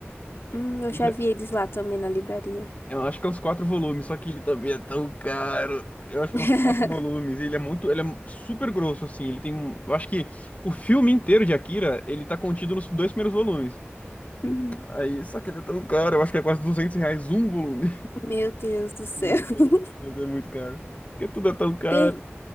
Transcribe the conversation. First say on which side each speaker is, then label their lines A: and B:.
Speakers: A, on the left; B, on the left.
A: Hum, eu
B: Eu
A: já
B: já-
A: vi eles lá também na livraria.
B: eu acho que é uns quatro volumes, só que ele também é tão caro. Eu acho
A: <laughs>
B: que é uns quatro volumes. E ele é muito. Ele é super grosso, assim. Ele tem um. Eu acho que o filme inteiro de Akira, ele tá contido nos dois primeiros volumes.
A: Uhum.
B: Aí, só que ele é tão caro, eu acho que é quase 200 reais um volume.
A: Meu Deus do céu.
B: Muito
A: <laughs>
B: caro, meu Deus, é muito caro. Porque tudo é tão caro.
A: Tem,